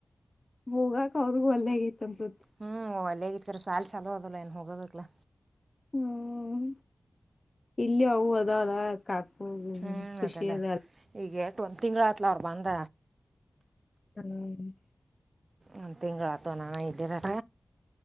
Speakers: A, on the left; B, on the right.
A: ಹೋಗಾಕ ಅವ್ರಗು ವಲ್ಯಗೇತಿ ಅನ್ಸತ್ತ.
B: ಹ್ಮ್ ವಲ್ಯಗೆತಿ ಕರೆ ಸಾಲಿ ಚಾಲೋ ಆದುಲಾ ಇನ್ನ ಹೋಗಬೇಕಲ.
A: ಹ್ಮ್. ಹ್ಮ ಇಲ್ಲಿ ಅವ್ವ. ಅದಾಳ ಕಾಕು.
B: ಹ್ಮ್
A: ಖುಷಿ
B: ಅದಲಾ
A: ಅದ
B: ಈಗ ಎಟ್ಟ. ಒಂದ ತಿಂಗಳ ಆತ್ಲ ಅವ್ರ ಬಂದ.
A: ಹ್ಮ.
B: ಒಂದ ತಿಂಗಳ ಆತು ಅನನಾ ಇಲ್ಲೆದಾರ.